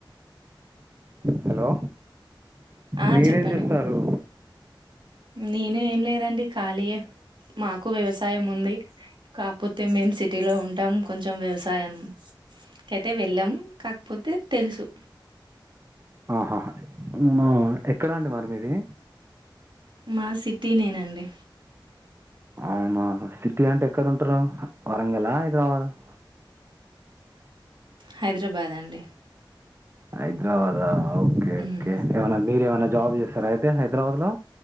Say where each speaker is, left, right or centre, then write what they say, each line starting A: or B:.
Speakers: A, on the right; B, on the right.
A: హలో
B: ఆ!
A: మీరేం
B: చెప్పండి.
A: చేస్తారు
B: నేను ఏం లేదండి ఖాళీయె మాకు వ్యవసాయం ఉంది కాకపోతే మేం సిటీలో ఉంటాం కొంచెం వ్యవసాయం కైతే వెళ్ళాము కాకపోతే తెలుసు
A: ఆహ హ మ్ ఎక్కడా అండి మరి మీది
B: మాది సిటీ నె అండి
A: అవునా సిటీ అంటే ఎక్కడుంటారు వరంగల్ హ హైదరాబాద్ హ
B: హైదరాబాద్ అండి
A: హైదరాబాదా ఓకే
B: ఉమ్
A: ఒకే ఏమనా మీరేమన్న జాబ్ చేస్తారా అయితే హైదరాబాద్లో